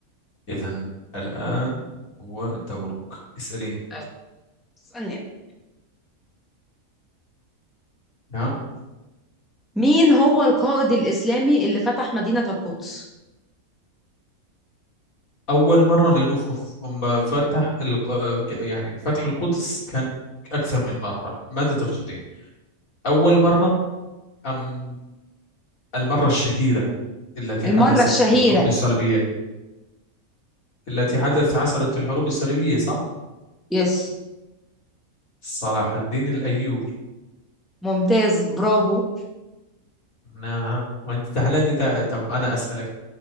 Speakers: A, on the left; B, in the centre.
A: إذا الآن هو دورك اسأليني
B: أيوة. ثانية
A: نعم
B: مين هو القائد الإسلامي اللي فتح مدينة القدس
A: أول مرة لنوف أم فتح الق- يعني فتح القدس كان أكثر من مرة ماذا تقصدين أول مرة أم المرة الشهيرة التي
B: المرة
A: حدثت
B: الشهيرة
A: في الحروب الصليبية التي حدثت حصلت في الحروب الصليبية صح
B: يس
A: صلاح الدين الأيوبي
B: ممتاز برافو
A: نعم وانت تعالى انت تع... طب انا اسالك